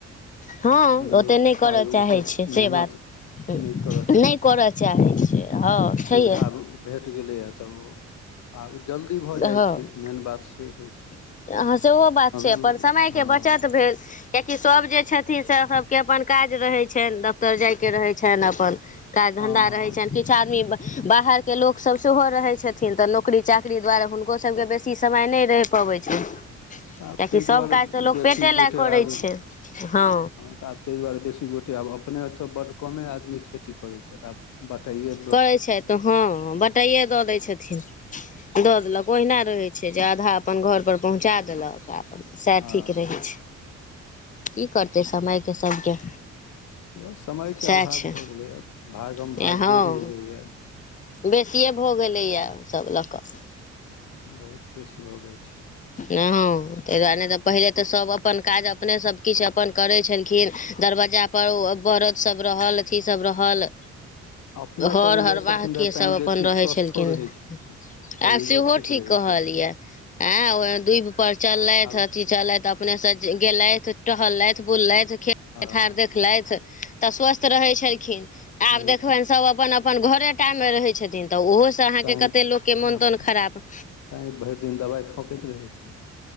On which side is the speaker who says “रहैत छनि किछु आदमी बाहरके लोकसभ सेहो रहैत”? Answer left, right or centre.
Left